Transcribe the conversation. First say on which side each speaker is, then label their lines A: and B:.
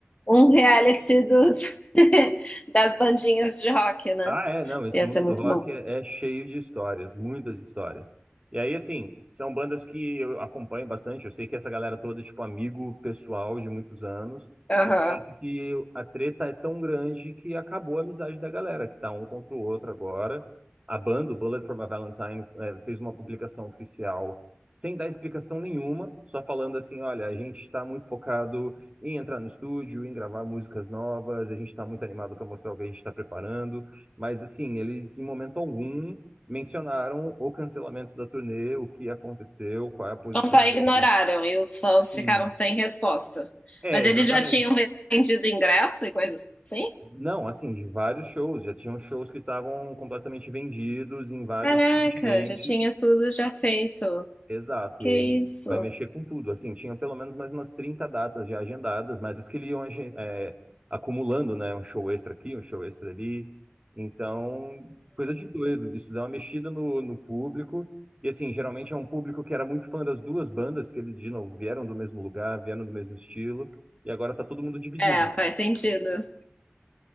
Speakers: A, on the left; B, on the right.
A: um reality dos, <laughs> das bandinhas de rock, né?
B: Ah, é, não, esse
A: Ia
B: mundo
A: ser muito
B: do rock
A: bom.
B: é, é cheio de histórias, muitas histórias. E aí, assim, são bandas que eu acompanho bastante, eu sei que essa galera toda é, tipo, amigo pessoal de muitos anos,
A: Aham.
B: e parece que a treta é tão grande que acabou a amizade da galera, que tá um contra o outro agora. A banda, o Bullet for My Valentine, eh, fez uma publicação oficial sem dar explicação nenhuma, só falando assim, olha, a gente tá muito focado em entrar no estúdio, em gravar músicas novas, a gente tá muito animado para mostrar o que a gente tá preparando, mas assim, eles em momento algum mencionaram o cancelamento da turnê, o que aconteceu, qual é a posição
A: Então só
B: deles.
A: ignoraram e os fãs
B: Sim.
A: ficaram sem resposta.
B: É,
A: Mas
B: exatamente.
A: eles já tinham vendido ingresso e coisas assim?
B: Não, assim, de vários shows, já tinham shows que estavam completamente vendidos em vários
A: Caraca,
B: continentes.
A: já tinha tudo já feito.
B: Exato,
A: Que
B: e aí
A: isso?
B: vai mexer com tudo. Assim, tinham pelo menos mais umas 30 datas já agendadas, mas as que ele iam agen- é, acumulando, né? Um show extra aqui, um show extra ali. Então, coisa de doido. Isso dá uma mexida no, no público. E assim, geralmente é um público que era muito fã das duas bandas, porque eles, de novo, vieram do mesmo lugar, vieram do mesmo estilo, e agora tá todo mundo dividido.
A: É, faz sentido.